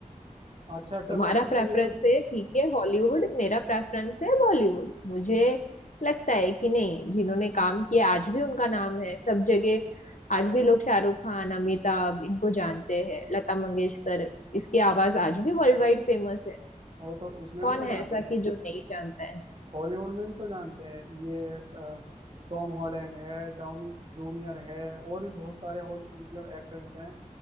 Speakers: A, on the right (about 40°); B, on the left (about 65°).
A: अच्छा
B: तुम्हारा
A: चलो अच्छा
B: प्रेफरेंस
A: ये जो
B: है ठीक है हॉलीवुड मेरा प्रेफरेंस है बॉलीवुड मुझे लगता है कि नहीं जिन्होंने काम किया आज भी उनका नाम है सब जगह आज भी लोग शाहरुख खान अमिताभ इनको जानते हैं लता मंगेशकर इसकी आवाज आज भी वर्ल्ड वाइड फेमस है
A: और तो उसमें
B: कौन
A: भी तो
B: है
A: जानते
B: ऐसा कि
A: हैं
B: जो नहीं जानता है
A: हॉलीवुड में भी तो जानते हैं ये अ, टॉम हॉलैंड है डाउनी जूनियर है और भी बहुत सारे हॉल मतलब एक्टर्स हैं